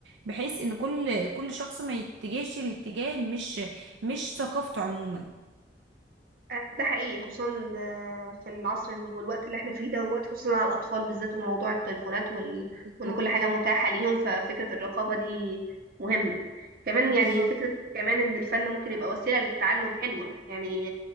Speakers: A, on the right (about 75°); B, on the right (about 50°).
A: بحيث ان كل كل شخص ما يتجهش الاتجاه مش مش ثقافته عموما
B: آه، ده حقيقي خصوصا آه، في العصر ال- والوقت اللي احنا فيه دوت خصوصا على الأطفال بالذات وموضوع التليفونات وال...
A: بالظبط
B: وإن كل حاجة متاحة ليهم ففكرة الرقابة دي مهمة كمان
A: بالظبط
B: يعني فكرة كمان إن الفن ممكن يبقى وسيلة للتعلم حلوة يعني